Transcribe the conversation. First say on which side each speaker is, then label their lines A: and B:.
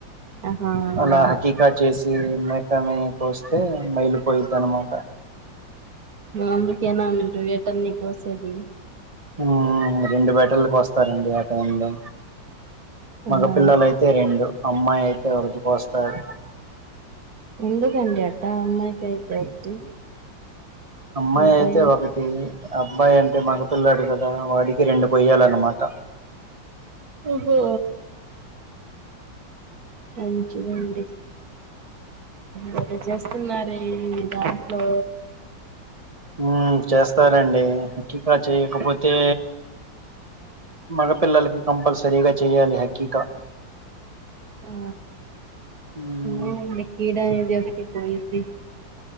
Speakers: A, on the right (about 50°); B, on the right (about 20°).
A: ఆహా
B: అలా
A: నా
B: హకీకా చేసి మేకని కోస్తే వెళ్ళిపోయిద్ది అనమాట
A: అందుకేనా మీ ఇంట్లో యాటల్నీ కోసేది
B: ఆ రెండు వేటలనీ కోస్తారండి ఆ టైమ్ లో
A: ఆహా
B: మగ పిల్లలయితే రెండు అమ్మాయి అయితే ఒకటి కోస్తారు
A: ఎందుకండి అట్ట అమ్మాయికి అయితే ఒకటి
B: అమ్మాయి
A: అబ్బాయి
B: అయితే ఒకటి అబ్బాయి అంటే మగపిల్లోడు కదా వాడికి రెండు కోయ్యాలన్నమాట
A: ఓహో మంచిది అండి మరి చేస్తున్నారు దాంట్లో
B: ఉ చేస్తారండి హాకీకా చేయకపోతే మగ పిల్లలకి కంపల్సరీగా చెయాలి హకిీకా
A: ఉ
B: మ్మ్
A: ఇంగ ఏమిలే ఈడ ఏమి ఒకటి పోయింది